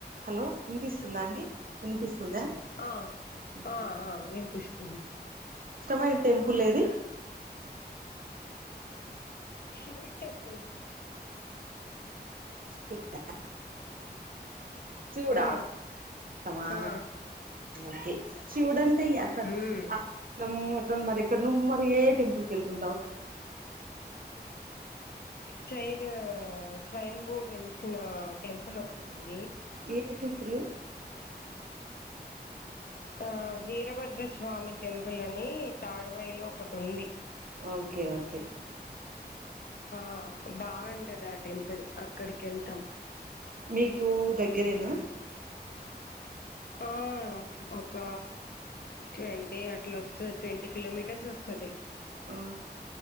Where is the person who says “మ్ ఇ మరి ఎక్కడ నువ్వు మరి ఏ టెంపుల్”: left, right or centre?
Right